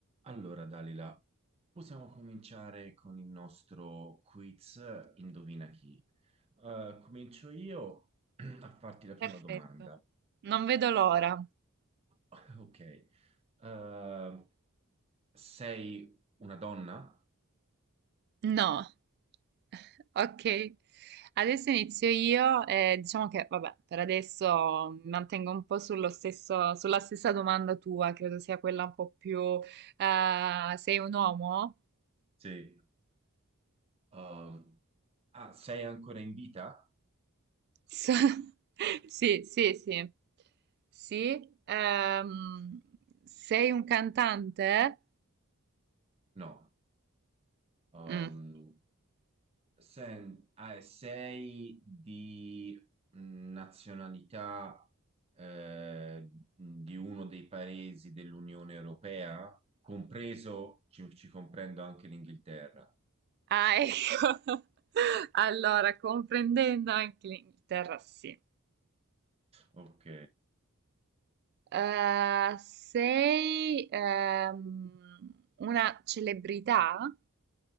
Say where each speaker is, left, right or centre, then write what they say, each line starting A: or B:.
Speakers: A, on the right; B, on the right.
A: Allora, Dalila, possiamo cominciare con il nostro quiz Indovina chi. Eh, comincio io <clears throat> a farti la prima
B: Perfetto,
A: domanda.
B: non vedo l'ora.
A: <clears throat> Ok. Eh, sei una donna?
B: No. <laughs> Ok, adesso inizio io e diciamo che, vabbè, per adesso mi mantengo un po' sullo stesso, sulla stessa domanda tua, credo sia quella un po' più... eh, sei un uomo?
A: Sì. Um, ah, sei ancora in vita?
B: So- <laughs> Sì, sì, sì. Sì, ehm, sei un cantante?
A: No. Um,
B: Mm.
A: Sen- ah, sei di mh, nazionalità eh, di uno dei paesi dell'Unione Europea, compreso, ci, ci comprendo anche l'Inghilterra.
B: Ah, ecco. <laughs> Allora, comprendendo anche l'Inghilterra, sì.
A: Ok,
B: Eh, sei ehm, una celebrità?